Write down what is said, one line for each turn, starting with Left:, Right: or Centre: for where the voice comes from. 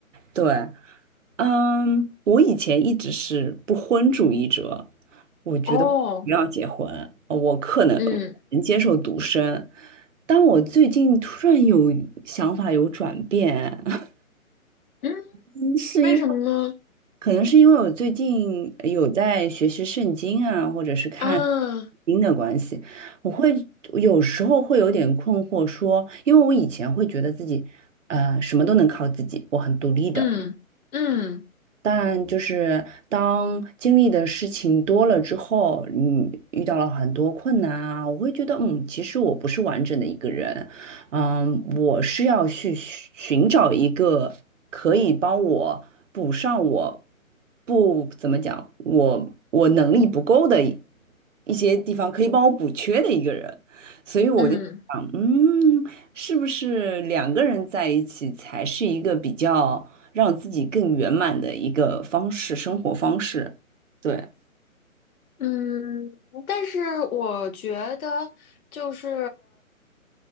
Right: 对。嗯，我以前一直是不婚主义者，我觉得不要结婚，
Left: 哦，
Right: 呃我可能
Left: 嗯
Right: 能接受独身，但我最近突然有想法有转变，<laughs>
Left: 嗯，
Right: 嗯是因为
Left: 为什么呢？
Right: 可能是因为我最近有在学习圣经啊，或者是看
Left: 啊，
Right: 经的关系，我会有时候会有点困惑说，因为我以前会觉得自己呃什么都能靠自己，我很独立的。
Left: 嗯嗯
Right: 但就是当经历的事情多了之后，你遇到了很多困难啊，我会觉得，嗯，其实我不是完整的一个人，嗯，我是要去寻寻找一个可以帮我补上我不怎么讲，我我能力不够的一一些地方，可以帮我补缺的一个人，所以我就想，
Left: 嗯。
Right: 嗯，是不是两个人在一起才是一个比较。让自己更圆满的一个方式，生活方式。对，
Left: 嗯，但是我觉得，就是